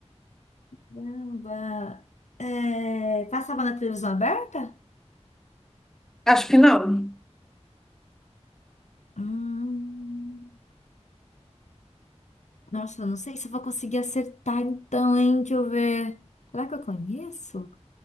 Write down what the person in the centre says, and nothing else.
Acho que não,